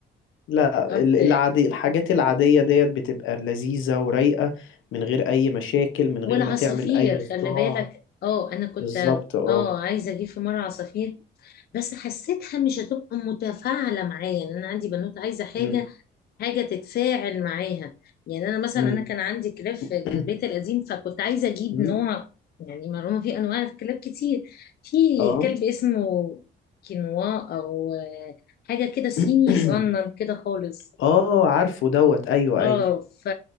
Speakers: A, on the left (about 80°); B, on the left (about 50°).
A: لا
B: قلت
A: ال- العادي الحاجات العاديه ديت بتبقى لذيذه ورايقه من غير اي مشاكل من
B: والعصافير
A: غير ما تعمل اي
B: خلي
A: صداع
B: بالك اه انا كنت
A: بالظبط اه
B: اه عايزه اجيب في مره عصافير بس حسيتها مش هتبقى متفاعله معايا يعني انا عندي بنوت عايزه حاجه
A: امم
B: حاجه تتفاعل معاها يعني انا مثلا
A: امم
B: انا كان عندي كلاب في
A: <clears throat>
B: البيت القديم فكنت عايزه اجيب
A: أمم.
B: نوع يعني معلومه في انواع كلاب كتير في
A: اه
B: كلب اسمه كينوا او آه، حاجه كده صيني
A: <clears throat>
B: صغنن كده خالص
A: اه عارفه دوت ايوه
B: اه
A: ايوه
B: ف...